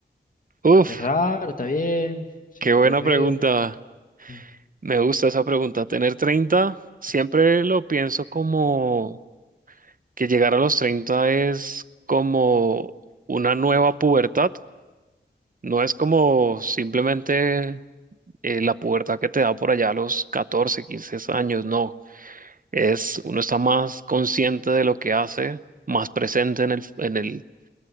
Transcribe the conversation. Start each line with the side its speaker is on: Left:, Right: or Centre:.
Right: Uf,
Left: Es raro, está bien, se
Right: qué
Left: siente
Right: buena
Left: feo.
Right: pregunta.
Left: Mm.
Right: Me gusta esa pregunta. Tener 30 siempre lo pienso como que llegar a los 30 es como una nueva pubertad. No es como simplemente eh, la pubertad que te da por allá a los 14 15 años, no. Es, uno está más consciente de lo que hace, más presente en el, en el,